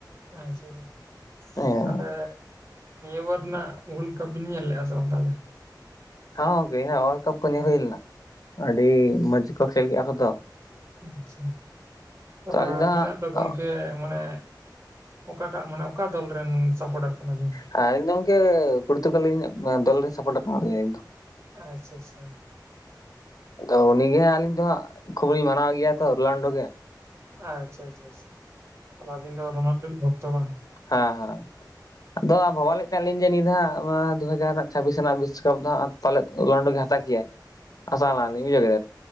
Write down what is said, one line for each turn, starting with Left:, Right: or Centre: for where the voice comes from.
Right: ᱟᱪᱷᱟ <unintelligible>
Left: ᱦᱮᱸ
Right: ᱛᱟᱦᱞᱮ ᱱᱤᱭᱟᱹ ᱵᱟᱨ ᱨᱮᱱᱟᱜ ᱦᱩᱞ ᱠᱟᱵᱤᱱ ᱧᱮᱞ ᱞᱮᱫᱼᱟ ᱥᱮ ᱵᱟᱝ ᱛᱟᱦᱚᱞᱮ
Left: ᱦᱮᱸ ᱜᱳᱝᱠᱮ ᱦᱮᱸ ᱳᱣᱟᱞᱠᱟᱯ ᱠᱚ ᱧᱮᱞ ᱦᱩᱭ ᱞᱮᱱᱟ ᱟᱹᱰᱤ ᱢᱚᱡᱽ ᱜᱮ ᱠᱚ ᱠᱷᱮᱞ ᱠᱮᱫᱼᱟ ᱦᱳ ᱫᱚ
Right: ᱟᱪᱷᱟ ᱛᱟᱦᱞᱮ
Left: ᱟᱹᱞᱤᱧ
Right: ᱟᱹᱵᱤᱱᱟᱜ
Left: ᱦᱟᱸᱜ
Right: ᱫᱚ ᱜᱚᱢᱠᱮ ᱢᱟᱱᱮ ᱚᱠᱟᱴᱟᱜ ᱢᱟᱱᱮ ᱚᱠᱟ ᱫᱚᱞ ᱨᱮᱱ ᱥᱟᱯᱳᱴᱟᱨ ᱠᱟᱱᱟᱵᱤᱱ?
Left: ᱦᱮᱸ ᱤᱧᱫᱚ ᱜᱚᱝᱠᱮ ᱯᱩᱨᱛᱩᱜᱟᱞ ᱫᱚᱞᱨᱮᱧ ᱥᱟᱯᱳᱴ ᱠᱟᱣᱫᱮᱭᱟ
Right: ᱟᱪᱷᱟ ᱟᱪᱷᱟ
Left: ᱟᱫᱚ ᱩᱱᱤᱜᱮ ᱫᱚᱦᱟᱸ ᱠᱷᱚᱵᱚᱨ ᱢᱟᱱᱟᱣ ᱜᱮᱭᱟ ᱛᱚ ᱨᱳᱞᱟᱱᱰᱳ ᱜᱮ
Right: ᱟᱪᱷᱟ ᱟᱪᱷᱟ ᱟᱪᱷᱟ ᱛᱟᱦᱞᱮ ᱟᱹᱵᱤᱱ ᱫᱚ ᱨᱳᱱᱟᱞᱰᱳᱧ ᱵᱷᱚᱠᱛᱚ ᱵᱟᱝ?
Left: ᱦᱟᱸ ᱦᱟᱸ ᱟᱫᱚ ᱵᱷᱟᱵᱟ ᱞᱮᱫ ᱛᱟᱦᱮᱸᱱ ᱟᱞᱤᱧ ᱡᱮ ᱱᱤᱛ ᱫᱚ ᱦᱟᱸᱜ ᱟᱵᱳᱣᱟᱜ ᱫᱩ ᱦᱟᱡᱟᱨ ᱪᱷᱟᱵᱤᱥ ᱨᱮᱱᱟᱜ ᱵᱤᱥᱚᱠᱟᱯ ᱫᱚ ᱦᱟᱸᱜ ᱯᱟᱞᱮᱫ ᱞᱟᱸᱰᱩ ᱜᱮ ᱦᱟᱛᱟᱣ ᱠᱮᱜᱼᱟᱭ᱾
Right: <inaudible>
Left: ᱟᱥᱟᱱᱟᱜ ᱜᱮ ᱤᱭᱟᱹ ᱜᱮ